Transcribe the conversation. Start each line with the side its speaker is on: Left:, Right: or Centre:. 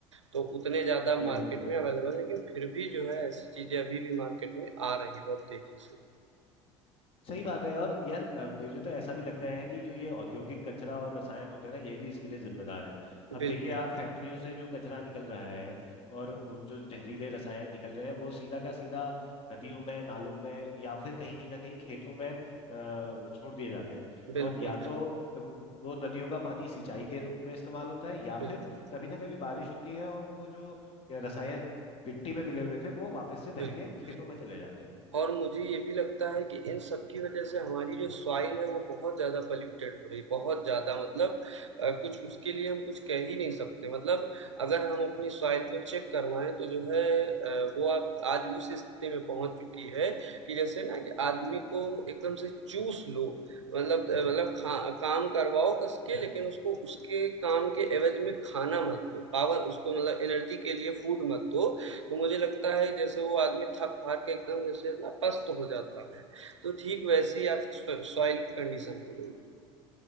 Right: तो उतने ज़्यादा मार्केट
Left: बिल्कुल
Right: में अवेलेबल है, लेकिन फिर भी जो है ऐसी चीज़ें अभी भी मार्केट में आ रही हैं बहुत तेज़ी से।
Left: सही बात है और यार अ, मुझे तो ऐसा भी लगता है कि जो ये औद्योगिक कचरा और रसायन होते हैं ना ये भी इसके लिए जिम्मेदार हैं अब
Right: बिल्कुल,
Left: देखिए आप फैक्ट्रियों से जो कचरा निकल रहा है और वो जो जहरीले रसायन निकल रहे हैं वो सीधा का सीधा नदियों में नालों में या फिर कहीं ना कहीं खेतों में अ, छोड़ दिए जाते हैं
Right: बिल्कुल,
Left: और या तो वो वो नदियों का पानी सिंचाई के रूप में इस्तेमाल होता है या
Right: बिल्कुल,
Left: फिर कभी ना कभी बारिश होती है और वो जो रसायन मिट्टी में मिले हुए थे वो वापस से बह
Right: बिल्कुल।
Left: के खेतों में चले जाते हैं
Right: और मुझे ये भी लगता है कि इन सब की वजह से हमारी जो सॉइल है वो बहुत ज़्यादा पॉल्यूटेड हो रही बहुत ज़्यादा मतलब अ, कुछ उसके लिए हम कुछ कह ही नहीं सकते मतलब अगर हम अपनी सॉइल को चेक करवाएं तो जो है अ, वो आप आज उस स्थिति में पहुंच चुकी है कि जैसे ना कि आदमी को एकदम से चूस लो मतलब अ, मतलब खा काम करवाओ कस के लेकिन उसको उसके काम के एवज में खाना मत दो पावर उसको मतलब एनर्जी के लिए फूड मत दो तो मुझे लगता है जैसे वो आदमी थक-हार के एकदम जैसे ना पस्त हो जाता है, तो ठीक वैसी आज सॉ सॉइल की कंडीशन हो गई है।